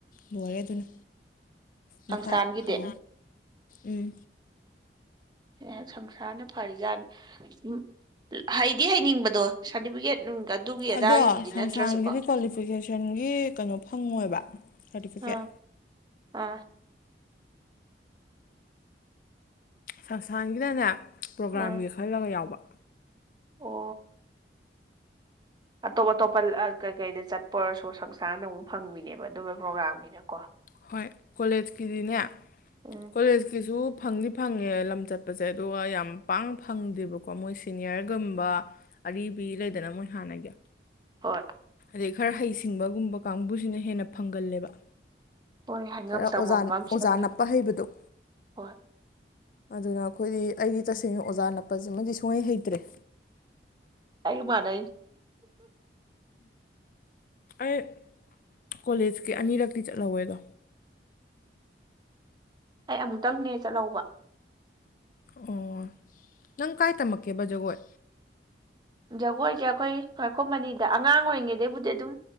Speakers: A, on the left; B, on the right.
A: ꯂꯣꯏꯔꯦ ꯑꯗꯨꯅ
B: ꯁꯪꯁꯊꯥꯟꯒꯤꯗꯤ
A: ꯃꯈꯥ ꯇꯧ ꯎꯝ
B: ꯑꯦ ꯁꯪꯁꯥꯔꯅ ꯐꯔꯤꯖꯥꯠꯅꯤ ꯍꯩꯗꯤ ꯍꯩꯅꯤꯡꯕꯗꯣ ꯁꯥꯔꯇꯤꯐꯤꯀꯦꯠ ꯅꯨꯡ ꯑꯗꯨꯒꯤ ꯑꯗꯥꯒꯤꯕꯨꯗꯤ
A: ꯑꯗꯣ ꯁꯪꯁꯥꯟꯒꯤꯗꯤ
B: ꯅꯠꯇ꯭ꯔꯁꯨꯀꯣ
A: ꯀ꯭ꯋꯥꯂꯤꯐꯤꯀꯦꯁꯟꯒꯤ ꯀꯩꯅꯣ ꯐꯪꯉꯣꯏꯕ ꯁꯥꯔꯇꯤꯐꯤꯀꯦꯠ
B: ꯑꯥ ꯑꯥ
A: ꯁꯪꯁꯊꯥꯟꯒꯤꯅꯅꯦ ꯄ꯭ꯔꯣꯒꯥ꯭ꯔꯥꯝꯒꯤ
B: ꯑꯥ
A: ꯈꯜꯂꯒ ꯌꯥꯎꯕ
B: ꯑꯣ ꯑꯇꯣꯞ ꯑꯇꯣꯞꯄ ꯀꯩ ꯀꯩꯗ ꯆꯠꯄ ꯑꯣꯏꯔꯁꯨ ꯁꯪꯁꯥꯡꯅ ꯑꯃꯨꯛ ꯐꯪꯕꯤꯅꯦꯕ ꯑꯗꯨꯝꯕꯒꯤ ꯄ꯭ꯔꯣꯒꯥ꯭ꯔꯥꯝꯒꯤꯅꯀꯣ
A: ꯍꯣꯏ ꯀꯣꯂꯦꯖꯀꯤꯗꯤꯅꯦ
B: ꯎꯝ
A: ꯀꯣꯂꯦꯖꯀꯤꯁꯨ ꯐꯪꯗꯤ ꯐꯪꯉꯦ ꯂꯝ ꯆꯠꯄꯁꯦ ꯑꯗꯨꯒ ꯌꯥꯝ ꯄꯥꯡꯅ ꯐꯪꯗꯦꯕꯀꯣ ꯃꯣꯏ ꯁꯤꯅꯤꯌꯔꯒꯨꯝꯕ ꯑꯔꯤꯕ ꯂꯩꯗꯅ ꯃꯣꯏ ꯍꯥꯟꯅꯒꯤ
B: ꯍꯣꯏ
A: ꯔꯦ ꯈꯔ ꯍꯩꯁꯤꯡꯕꯒꯨꯝꯕ ꯀꯥꯡꯕꯨꯁꯤꯅ ꯍꯦꯟꯅ ꯐꯪꯒꯜꯂꯦꯕ
B: ꯍꯣꯏ ꯍꯥꯏꯉꯝ
A: ꯈꯔ
B: ꯇꯧꯉꯝꯕ
A: ꯑꯣꯖꯥ
B: ꯑꯃ
A: ꯑꯣꯖꯥ
B: ꯁꯦꯝꯂꯤꯅꯤ
A: ꯅꯞꯄ ꯍꯩꯕꯗꯣ
B: ꯍꯣꯏ
A: ꯑꯗꯨꯅ ꯑꯩꯈꯣꯏꯗꯤ ꯑꯩꯒꯤ ꯇꯁꯦꯡꯅ ꯑꯣꯖꯥ ꯅꯞꯄꯁꯤꯃꯗꯤ ꯁꯨꯡꯍꯩ ꯍꯩꯇ꯭ꯔꯦ
B: ꯑꯩꯒ ꯃꯥꯅꯩ
A: ꯑꯩ ꯀꯣꯂꯦꯖꯀꯤ ꯑꯅꯤꯔꯛꯇꯤ ꯆꯠꯍꯧꯋꯦꯗꯣ
B: ꯑꯩ ꯑꯃꯨꯛꯇꯪꯅꯦ ꯆꯠꯍꯧꯕ
A: ꯑꯣ ꯅꯪ ꯀꯥꯏ ꯇꯝꯃꯛꯀꯦꯕ ꯖꯒꯣꯏ
B: ꯖꯒꯣꯏꯁꯦ ꯑꯩꯈꯣꯝ ꯃꯅꯤꯗ ꯑꯉꯥꯡ ꯑꯣꯏꯔꯤꯉꯩꯗꯩꯕꯨꯗꯤ ꯑꯗꯨꯝ